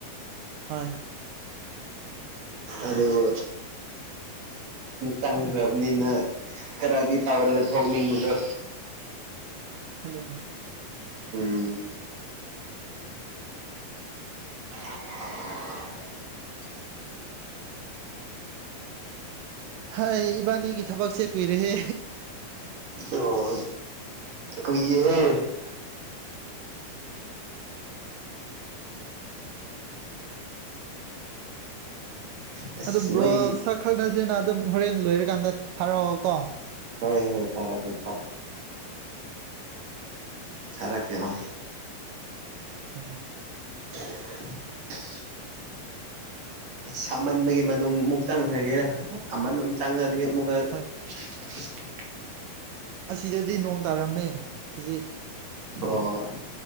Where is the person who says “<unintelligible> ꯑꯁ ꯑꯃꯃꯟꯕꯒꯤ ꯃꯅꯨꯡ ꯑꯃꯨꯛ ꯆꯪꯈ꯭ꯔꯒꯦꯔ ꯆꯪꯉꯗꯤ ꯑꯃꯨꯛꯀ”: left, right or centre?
Right